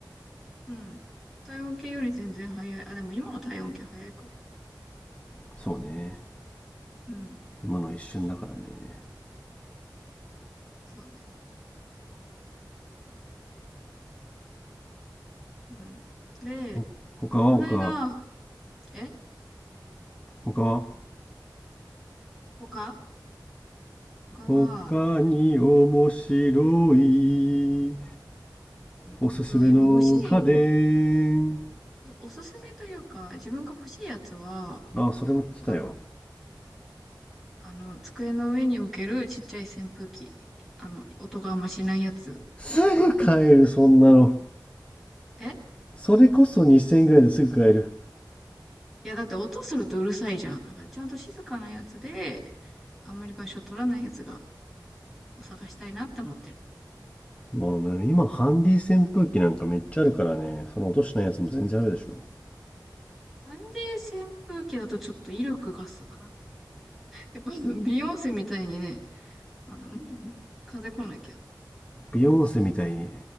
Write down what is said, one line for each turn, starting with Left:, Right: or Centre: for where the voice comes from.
Centre: うん。体温計より全然早い。あ、でも今の体温計早いか。
Left: そうね。
Centre: うん。
Left: 今のは一瞬だからね。
Centre: そうね。うん。で、
Left: お他は他、
Centre: でもこの間、え
Left: 他は
Centre: 他他は、
Left: 他に面白いおすすめの家電。
Centre: えっと、今欲しいおすすめというか、自分が欲しいやつは、
Left: あ、それも来たよ。
Centre: あの、あの、机の上に置けるちっちゃい扇風機。あの、音があんましないやつ。
Left: すぐ買える、そんなの。
Centre: え
Left: それこそ2000円ぐらいですぐ買える。
Centre: いや、だって音するとうるさいじゃん。だからちゃんと静かなやつで、あんまり場所取らないやつが、を探したいなって思ってる。
Left: まあね、今、ハンディ扇風機なんかめっちゃあるからね、その落としないやつも全然あるでしょ。
Centre: なんで扇風機だとちょっと威力がさ、やっぱビヨンセみたいにね、あの、風来なきゃ。
Left: ビヨンセみたいに、